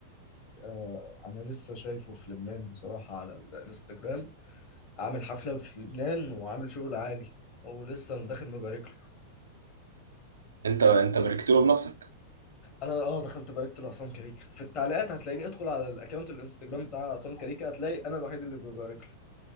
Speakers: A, on the left; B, on the right.
A: آه أنا لسه شايفه في لبنان بصراحة على الإنستجرام عامل حفلة في لبنان وعامل شغل عالي ولسه أنا داخل مبارك له.
B: انت انت باركت له بنفسك
A: انا اه دخلت باركت لعصام كاريكا في التعليقات هتلاقيني ادخل على الاكونت الانستجرام بتاع عصام كاريكا هتلاقي انا الوحيد اللي ببارك